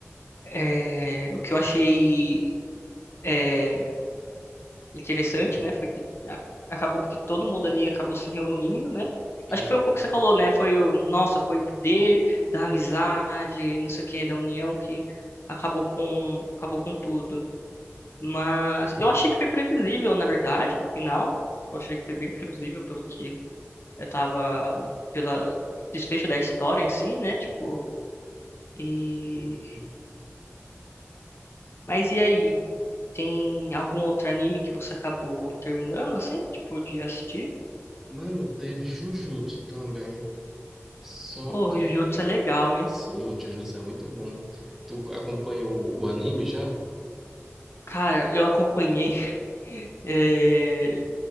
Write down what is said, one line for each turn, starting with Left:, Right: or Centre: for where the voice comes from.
Left: É, o que eu achei é, interessante, né, foi que a- acabou que todo mundo ali acabou se reunindo, né?
Centre: Hum,
Left: Acho que foi um pouco que você falou, né? Foi o, nossa, foi o poder da amizade, não sei o quê, da união que acabou com, acabou com tudo. Mas eu achei que foi previsível, na verdade, no final. Eu achei que foi bem previsível pelo que eu tava, pela desfecho da história em si, né? Tipo, e
Centre: hum, hum.
Left: mas e aí? Tem algum outro anime que você acabou terminando, assim? Tipo, de assistir?
Centre: Mano, teve Jujutsu também. Só
Left: Ô,
Centre: que,
Left: o Jujutsu é legal, hein?
Centre: sim, o Jujutsu é muito bom. Tu acompanha o, o anime já?
Left: Cara, eu acompanhei <laughs> eh,